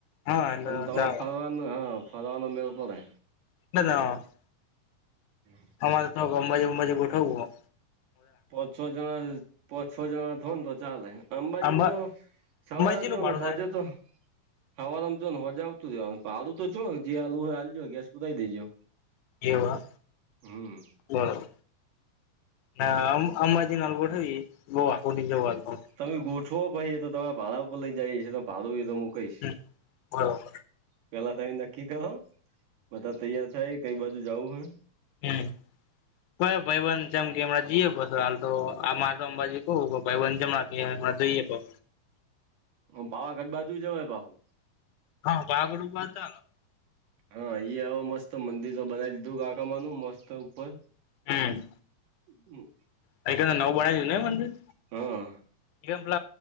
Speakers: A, on the left; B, on the right.
A: હા એટલે
B: અને તમારે
A: ચાલ
B: ફરવાનું હા ફરવાનો મેળો પડે
A: ના ના <inaudible>
B: હમ
A: તમારે તો અંબાજી ગંબાજી ગોઠવું
B: પાચ છ જના પો છ જણા હોય ને તો ચાલે અંબાજી
A: અંબા
B: તો સવારે
A: અંબાજી
B: જો
A: નું ભાડું
B: ને હોજે
A: થાય
B: તો હવાર આમ જો ને હોજા આવતું રહેવા ભાડુ જોોને જે આલુ હોય હાલજો ગેસ પરાય દેજો
A: એવા
B: હમ
A: બરોબર ના આમ આમ નલગવી ગ આ આપ નિ જ <unintelligible>
B: તમે ગોઠવો ભહીએ તો તમારે ભાડા ઉપર લઈ જઈ છીએ તો ભાડું એ તો હું કઈશ
A: હ બ
B: પેલા તમે નક્કી કરો બધા તૈયાર થાય કઈ બાજુ જઉું હે
A: હમ હ ભાઈવંધ જેમ કેમં જઈએ હાલ તો આ મારે તો અંબાજી કવું ભાઈવંધ જમણા કે જઈએ પ
B: આમ પાવાગઢ બાજુ જવાય પાછુ.
A: પાવાગઢ ઉભા હતા આ લોકો
B: હા હ મસ્ત મંદિર તો બનાવી દીધું કાકામાંનું મસ્ત ઉપર
A: હમ.
B: હમ.
A: અહીં ક નવું બનાયુ નય એ મંદિર?
B: હા
A: એ મતલ